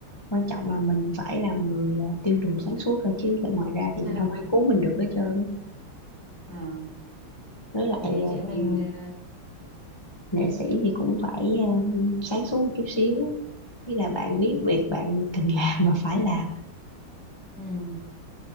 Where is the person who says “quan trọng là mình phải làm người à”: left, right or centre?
Left